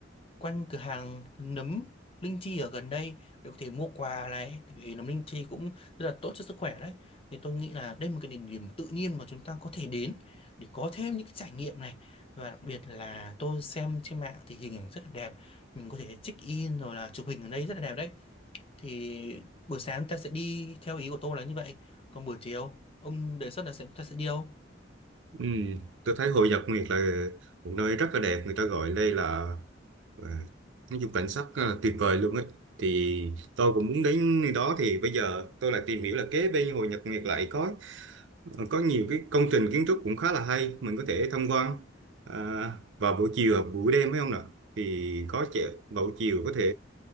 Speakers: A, on the left; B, on the right.
A: quanh cửa hàng nấm linh chi ở gần đây để có thể mua quà này tại vì nấm linh chi cũng rất là tốt cho sức khỏe đấy thì tôi nghĩ là đây là một cái địa điểm tự nhiên mà chúng ta có thể đến để có thêm những cái trải nghiệm này và đặc biệt là tôi xem trên mạng thì hình ảnh rất là đẹp mình có thể check in rồi là chụp hình ở đây rất là đẹp đấy thì buổi sáng ta sẽ đi theo ý của tôi là như vậy còn buổi chiều ông đề xuất là sẽ, ta sẽ đi đâu
B: Ừ, tôi thấy Hội Nhật Nguyệt là một nơi rất là đẹp, người ta gọi đây là À, nói chung cảnh sắc à, tuyệt vời luôn ấy thì tôi cũng muốn đến nơi đó thì bây giờ tôi lại tìm hiểu là kế bên Hồ Nhật Nguyệt lại có ờ, có nhiều cái công trình kiến trúc cũng khá là hay mình có thể tham quan à, vào buổi chiều hoặc buổi đêm phải không nào thì có trẻ vào buổi chiều có thể